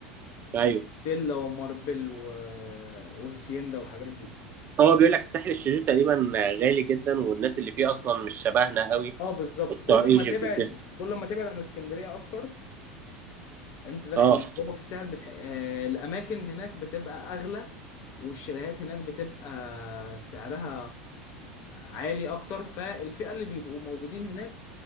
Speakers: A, on the right (about 35°); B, on the left (about 50°).
A: ايوه
B: ستيلا وماربل و... وهسيندا والحاجات دي
A: هو بيقول لك الساحل الشرير تقريبا غالي جدا والناس اللي فيه اصلا مش شبهنا قوي
B: اه بالظبط
A: وبتوع
B: كل
A: ايجيبت
B: ما تبعد
A: وكده.
B: كل ما تبعد عن اسكندرية اكتر انت داخل
A: اه
B: جوه في الساحل بتح... آه الاماكن هناك بتبقى اغلى والشاليهات هناك بتبقى سعرها عالي اكتر فالفئة اللي بيبقوا موجودين هناك